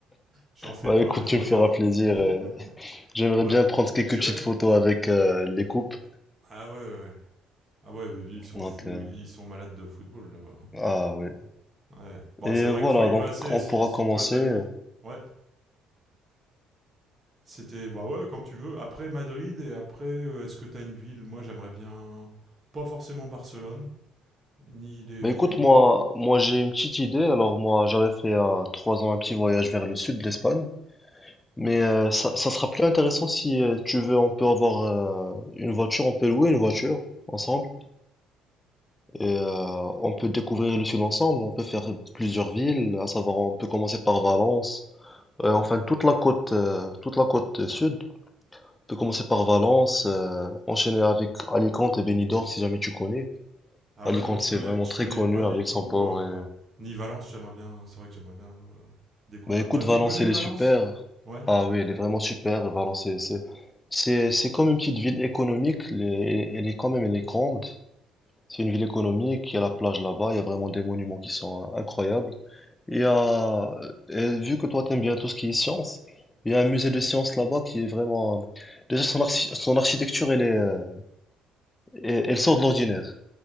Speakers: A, on the right (about 35°); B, on the left (about 20°).
A: J'en fais
B: Bah
A: pas
B: écoute,
A: mais je
B: tu
A: regarde.
B: me feras plaisir.
A: <laughs>
B: euh, j'aimerais
A: Ouais,
B: bien prendre quelques
A: je dirais.
B: petites photos avec euh, les coupes.
A: Ah ouais, ouais. Ah ouais, ils sont
B: Donc
A: fous,
B: euh,
A: ils sont malades de football là-bas. hein.
B: ah ouais.
A: Ouais. Bon,
B: Et
A: c'est vrai
B: voilà,
A: qu'il faut y
B: donc
A: passer
B: on
A: si,
B: pourra
A: si
B: commencer.
A: toi t'aimes. Ouais, c'était bah ouais quand tu veux. Après Madrid et après, euh, est-ce que t'as une ville Moi, j'aimerais bien pas forcément Barcelone, ni les.
B: Bah écoute, moi, moi j'ai une petite idée. Alors moi, j'avais fait à trois ans un petit voyage vers le sud de l'Espagne, mais euh, ça, ça sera plus intéressant si euh, tu veux. On peut avoir euh, une voiture, on peut louer une voiture ensemble. Et euh, on peut découvrir le sud ensemble, on peut faire plusieurs villes, à savoir on peut commencer par Valence, Euh, enfin toute la côte, euh, toute la côte sud. On peut commencer par Valence, euh, enchaîner avec Alicante et Benidorm si jamais tu connais.
A: Ah
B: Alicante
A: ouais, non, je
B: c'est
A: connais,
B: vraiment
A: je
B: très
A: connais
B: connu
A: pas du
B: avec
A: tout.
B: son port.
A: euh,
B: Et...
A: Ni Valence, j'aimerais bien. C'est vrai que j'aimerais bien euh, découvrir.
B: Bah écoute,
A: Toi, tu
B: Valence
A: connais
B: elle
A: Valence
B: est super.
A: Ouais,
B: Ah oui, elle est vraiment super. Valence c'est c'est c'est c'est comme une petite ville économique. Elle est, elle est- elle est quand même elle est grande. C'est une ville économique, il y a la plage là-bas, il y a vraiment des monuments qui sont euh, incroyables. Il y a, euh, et vu que toi t'aimes bien tout ce qui est science, il y a un musée de sciences là-bas qui est vraiment... euh, Déjà son, archi- son architecture, elle est, euh, elle elle sort de l'ordinaire.